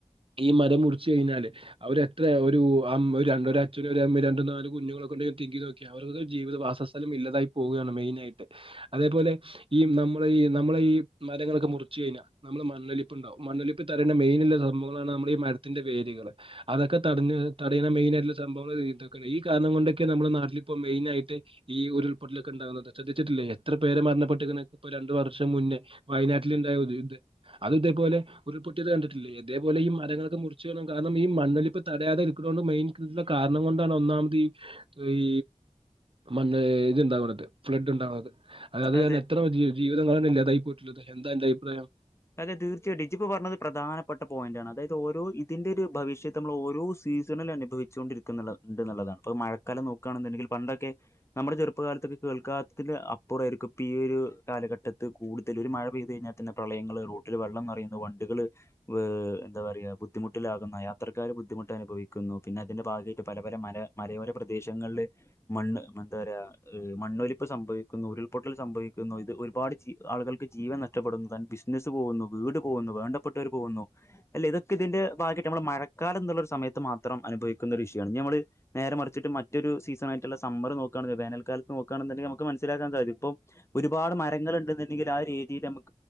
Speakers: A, on the right; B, on the left.
A: ഈ മരം മുറിച്ച് കഴിഞ്ഞാല് അവരെത്ര ഒരു അം ഒരണ്ട ഒരച്ഛനും ഒരമ്മേ രണ്ടും നാല് കുഞ്ഞുങ്ങളു കൊണ്ടോയി ഒന്ന് തിങ്ക് ചെയ്തോക്ക്യ അവർക്ക് ജീവിതവാസസ്ഥലം ഇല്ലാതായി പോകുകാണ് മെയിൻ ആയിട്ട് അതേപോലെ ഈ നം മ്മളേ ഈ നമ്മളേ ഈ മരങ്ങളൊക്കെ മുറിച്ച് കഴിഞ്ഞാ നമ്മള് മണ്ണൊലിപ്പ്ണ്ടാവും മണ്ണൊലിപ് തരണ മെയിനുള്ള സംഭവങ്ങളാണ് നമ്മടെ ഈ മരത്തിന്റെ വേരുകള് അതൊക്കെ തടഞ്ഞ് തടയണ മെയിനായിട്ടുള്ള സംഭവങ്ങളായിതൊക്കെ ഈ കാരണം കൊണ്ടൊക്കെ നമ്മുടെ നാട്ടിലിപ്പോ മെയിനായിട്ട് ഈ ഉരുൾ പൊട്ടലൊക്കെണ്ടാകുന്നത് ശ്രദ്ധിച്ചിട്ടില്ലെ എത്ര പേര് മരണപ്പെട്ട്ക്ക്ണ് ഇപ്പൊ രണ്ട് വർ ഷം മുന്നേ വയനാട്ടിൽ ഇണ്ടായ ഇത് ദ് അത് ഇതേപോലെ ഉരുപൊട്ടിയത് കണ്ടിട്ടില്ലേ എതേപോലെ ഈ മരങ്ങളൊക്കെ മുറിച്ച് വേണം കാരണം ഈ മണ്ണൊലിപ്പ് തടയാതെ ഇരിക്കണൊണ്ട് മെയിൻ കൃ <unintelligible> കാര ണം കൊണ്ടാണ് ഒന്നാമതീ ഈ മണ്ണ് <unintelligible> ഫ്ലഡ് ഉണ്ടാവണത് അല്ലാതെ
B: അതെ.
A: തന്നെ എത്ര ജീ ജീവിതങ്ങളാണ് ഇല്ലാതായി പോയിട്ടുള്ളത്. എന്താ അന്റെ അഭിപ്രായം?
B: അതെ തീർച്ചേയിട്ടും ഇജിപ്പോ പറഞ്ഞത് പ്രധാനപ്പെട്ട പോയിന്റാണ് അതായത് ഓരോ ഇതിൻ്റെരു ഭവിഷ്യത്ത് നമ്മൾ ഓരോ സീസണിൽ അനുഭവിച്ചുകൊണ്ടിരിക്കുന്നുള്ളത് ഉണ്ട്ന്നുള്ളതാണ് പ്പോ മഴക്കാലം നോക്കാണെന്നുണ്ടെങ്കിൽ പണ്ടൊക്കെ നമ്മുടെ ചെറുപ്പകാലത്തൊക്കെ കേൾക്കാത്തത്തിൻ്റെഅപ്പുറേരി ക്ക പ്പിയൊരു കാലഘട്ടത്ത് കൂടുതലൊരു മഴ പെയ് <unintelligible> പ്രളയങ്ങള് റോട്ടിൽ വെള്ളം നിറയുന്നു വണ്ടികള് വ് എന്താ പറയ ബുദ്ധിമുട്ടിലാകുന്ന യാത്ര ക്കാര് ബുദ്ധിമുട്ട് അനുഭവിക്കുന്നു പിന്നെ അതിന്റെ ഭാഗായിട്ട് പല പല മര മരയോര പ്രദേശങ്ങള്ല് മണ്ണ് മണ്ണ് ന്താറയാ ഇ മണ്ണൊലിപ്പ് സംഭവിക്കുന്നു ഉരുൾപൊട്ടൽ സംഭവിക്കുന്നു ഇത് ഒരുപാട് ജീ ആളുകൾക്ക് ജീവൻ ന ഷ്ടപ്പെടുന്നു ബിസിനസ്സ് പോകുന്നു വീട് പോകുന്നു വേണ്ടപ്പെട്ടവർ പോകുന്നു അല്ലേ ഇതൊക്കെ ഇതിന്റെ ഭാഗമായിട്ട് നമ്മടെ മഴ കക്കാലം എന്നുള്ളൊരു സമയത്ത് മാത്രം അനുഭവിക്കുന്ന ഒരു വിഷയമാണ് ഇനി ഞമ്മള് നേരെ മറിച്ചിട്ട് മറ്റൊരു സീസൺ ആയ്ട്ടുള്ളാ സമ്മർ നോക്കി വേനൽകാലത് നോക്കയാണുണ്ടങ്കിൽ നമുക്ക്നസിലാൻ സാധിക്കും ഇപ്പം ഒരുപാട് മരങ്ങൾ ഉണ്ടുണ്ടെങ്കിൽ ആ ഒരു ഏരിയയില് നക്ക്